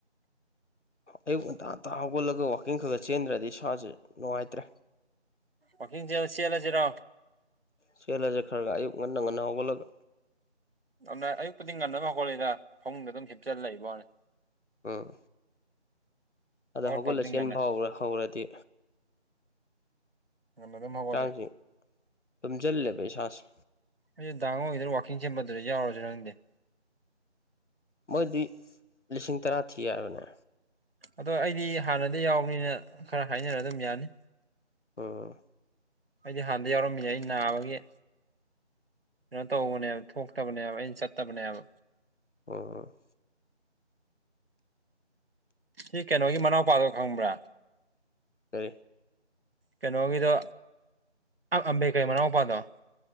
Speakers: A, on the left; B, on the right.
A: ꯑꯌꯨꯛ ꯉꯟꯇꯥ ꯉꯟꯇꯥ ꯍꯧꯒꯠꯂꯒ ꯋꯥꯋꯀꯤꯡ ꯈꯔ ꯈ ꯆꯦꯟꯗ꯭ꯔꯗꯤ ꯏꯁꯁꯨꯦ ꯅꯨꯡꯉꯥꯏꯇ꯭ꯔꯦ
B: ꯄꯈꯤꯡ ꯁꯤ ꯌꯥꯂ ꯁꯤꯔꯣ
A: ꯆꯦꯜꯂꯁꯦ ꯈꯔꯒ ꯑꯌꯛ ꯉꯟꯅ ꯉꯟꯅ ꯍꯧꯒꯠꯂꯒ
B: ꯑꯗꯨꯅ ꯑꯌꯨꯛꯄꯗꯤ ꯉꯟꯅ ꯍꯧꯒꯠꯂꯤꯏꯗ ꯐꯃꯨꯡꯗ ꯑꯗꯨꯝ ꯍꯤꯞꯆꯜꯂꯏ ꯏꯕ ꯋꯥꯅꯤ
A: ꯎꯝ ꯑꯗ
B: ꯍꯧꯒꯠꯄꯕꯨꯗꯤ
A: ꯍꯧꯒꯠꯂꯁꯦꯟꯕ
B: ꯉꯟꯅ
A: ꯐꯥꯎꯕ꯭ꯔꯥ ꯍꯧꯔꯗꯤ
B: ꯉꯟꯅ ꯑꯗꯨꯝ ꯍꯧꯒꯠꯂꯦ
A: ꯍꯛꯆꯥꯡꯁꯤ ꯇꯨꯝꯁꯤꯜꯂꯦꯕ ꯏꯁꯥꯁꯦ
B: ꯑꯩꯁ ꯗꯥꯉꯣꯏꯗ ꯋꯥꯀꯤꯡ ꯁꯦꯝꯕꯗꯨꯗ ꯌꯥꯎꯔꯁꯨ ꯅꯪꯗꯦ
A: ꯃꯣꯏꯗꯤ ꯂꯤꯁꯤꯡ ꯇꯔꯥ ꯊꯤ ꯍꯥꯏꯕꯅꯦ
B: ꯑꯗꯣ ꯑꯩꯗꯤ ꯍꯥꯟꯅꯗꯤ ꯌꯥꯎꯕꯅꯤꯅ ꯈꯔ ꯍꯥꯏꯅꯔ ꯑꯗꯨꯝ ꯌꯥꯅꯤ
A: ꯎꯝ
B: ꯑꯩꯗꯤ ꯍꯥꯟꯅ ꯌꯥꯎꯔꯝꯃꯤꯅꯦ ꯑꯩ ꯅꯥꯕꯒꯤ ꯀꯩꯅꯣ ꯇꯧꯕꯅꯦꯕ ꯊꯣꯛꯇꯕꯅꯦꯕ ꯑꯩꯅ ꯆꯠꯇꯕꯅꯦꯕ
A: ꯑꯣ
B: ꯁꯤ ꯀꯩꯅꯣꯒꯤ ꯃꯅꯥꯎꯄꯥꯗꯣ ꯈꯪꯕ꯭ꯔꯥ
A: ꯍ
B: ꯀꯩꯅꯣꯒꯤꯗꯣ ꯑꯝꯕꯦꯀꯩ ꯃꯅꯥꯎ ꯃꯄꯥꯗꯣ